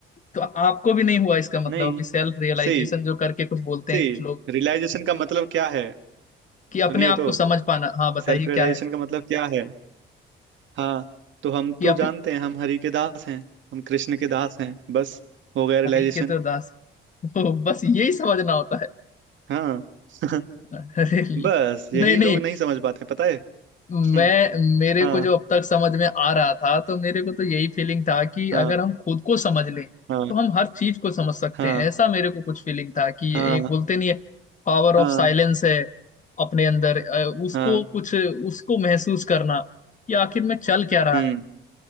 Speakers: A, on the left; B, on the right.
A: तो आपको भी नहीं हुआ इसका मतलब
B: नहीं
A: अभी सेल्फ रियलाइजेशन
B: सी
A: जो करके कुछ बोलते
B: सी
A: हैं कुछ लोग
B: रियलाइजेशन का मतलब क्या है
A: कि अपने
B: सुनिए
A: आप
B: तो
A: को समझ पाना हाँ बताइए
B: सेल्फ
A: क्या
B: रियलाइजेशन
A: है
B: का मतलब क्या है हाँ तो हम तो
A: कि अपने
B: जानते हैं हम हरि के दास हैं हम कृष्ण के दास हैं बस हो गया रियलाइजेशन
A: हरी के तो दास <laughs> ओ, बस यही समझना होता है
B: हाँ <laughs>
A: <laughs> अरे
B: बस यही
A: नहीं नहीं
B: लोग नहीं समझ पाते पता है
A: मैं
B: <laughs> हम्म,
A: मेरे
B: हाँ
A: को जो अब तक समझ में आ रहा था तो मेरे को तो यही फीलिंग था कि
B: हाँ
A: अगर हम खुद को समझ लें
B: हाँ
A: तो हम हर चीज को समझ सकते
B: हाँ
A: हैं ऐसा मेरे को कुछ फीलिंग था कि
B: हाँ
A: एक बोलते नहीं है पावर
B: हाँ
A: ऑफ साइलेंस है अपने अंदर अ, उसको
B: हाँ
A: कुछ उसको महसूस करना कि आखिर में चल क्या रहा
B: हम्म
A: है